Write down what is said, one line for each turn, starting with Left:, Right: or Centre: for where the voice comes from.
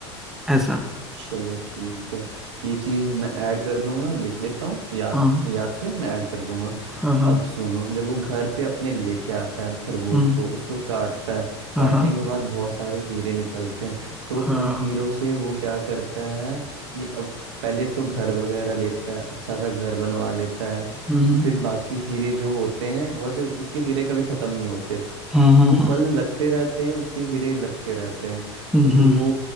Centre: ऐसा
Right: चलो ठीक है ये चीज़ मैं ऐड कर दूंगा लिख लेता हूँ याद
Centre: हाँ
Right: याद से मैं ऐड कर दूंगा
Centre: हाँ हाँ
Right: अब सुनो जब वो घर पे अपने लेके आता है खरगोश
Centre: हम्म
Right: को उसको काटता है
Centre: हाँ
Right: काटने
Centre: हाँ
Right: के बाद बहुत सारे हीरे निकलते हैं तो उन
Centre: हाँ
Right: हीरो से वो क्या करता है कि अब पहले तो घर वगैरह लेता है अच्छा सा घर बनवा लेता है
Centre: हम्म
Right: फिर बाकी हीरे जो होते हैं वैसे उसके हीरे कभी ख़त्म नहीं होते
Centre: हम्म
Right: वो
Centre: हम्म
Right: फल लगते रहते हैं उसके हीरे लगते रहते हैं
Centre: हम्म
Right: तो फिर
Centre: हम्म,
Right: वो